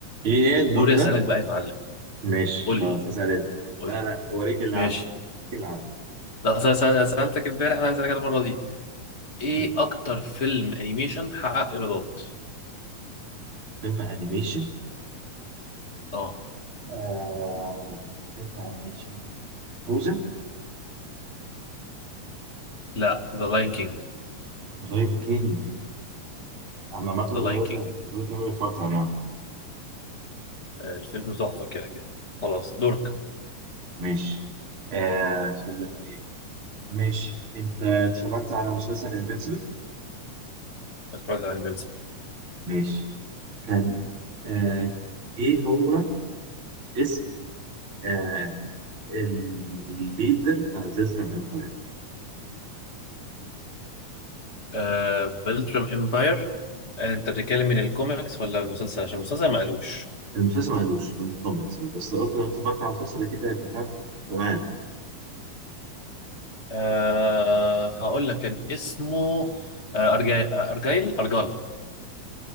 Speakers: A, on the right; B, on the left.
A: ايه هي المدة؟
B: دوري اسالك بقى يا معلم
A: ماشي
B: قول
A: خلاص
B: لي
A: اسأل انت
B: قول
A: لا
B: لي
A: لا وريني اللي
B: ماشي
A: عندك اديني اللي عندك
B: لا أصل انا سالتك امبارح انا هسالك المره دي ايه
A: ها.
B: اكتر فيلم انيميشن حقق ايرادات
A: فيلم انيميشن
B: اه
A: آه فيلم انيميشن فروزن
B: لا ذا لاين كينج
A: لاين كينج عم مثلا
B: ذا لاين
A: دلوقتي
B: كينج
A: دلوقتي عمري ما اتفرجت عليه يا عم.
B: الفيلم تحفه كده كده خلاص دورك
A: ماشي آه تقول لك ايه ماشي انت اتفرجت على مسلسل انفينسيبل
B: اتفرجت على انفينسيبل
A: ماشي كان آه ايه هو اسم آه الليدر بتاع زلترم امباير
B: آه بلترم امباير انت بتتكلم من الكوميكس ولا المسلسل عشان المسلسل ما قالوش
A: المسلسل ما عدوش من الكوميكس بس لو لو انت اتفرجت على المسلسل اكيد هيبقى فاهم تمام عارف
B: آه هقول لك كان اسمه آه أرجاي... آه، ارجايل ارجال